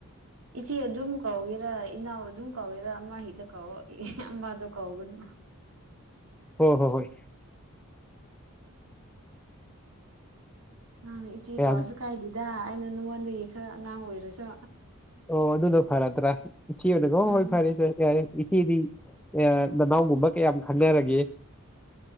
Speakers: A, on the right (about 70°); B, in the centre.
A: ꯏꯆꯦ ꯑꯗꯨꯝ ꯀꯧꯒꯦꯔꯥ ꯏꯅꯥꯎ ꯑꯗꯨꯝ ꯀꯧꯒꯦꯔꯥ ꯑꯃ ꯍꯦꯛꯇ ꯀꯧꯑꯣ ꯑꯃꯗꯣ ꯀꯧꯒꯅꯨ꯫
B: ꯍꯣ ꯍꯣ ꯍꯣꯏ
A: ꯅꯪꯅ ꯏꯆꯦ
B: ꯀꯌꯥꯝ
A: ꯀꯧꯔꯁꯨ ꯀꯥꯏꯗꯦꯗ ꯑꯩꯅ ꯅꯉꯣꯟꯗꯒꯤ ꯈꯔ ꯑꯉꯥꯡ ꯑꯣꯏꯔꯁꯨ꯫
B: ꯑꯣ ꯑꯗꯨꯗꯣ ꯐꯔꯠꯇ꯭ꯔꯥ ꯁꯤꯅꯦ
A: ꯎꯝ
B: ꯍꯣꯏ ꯐꯔꯦ ꯌꯥꯔꯦ ꯏꯆꯦꯗꯤ ꯑ ꯅꯅꯥꯎꯒꯨꯝꯕ ꯀꯌꯥꯝ ꯈꯪꯅꯔꯒꯦ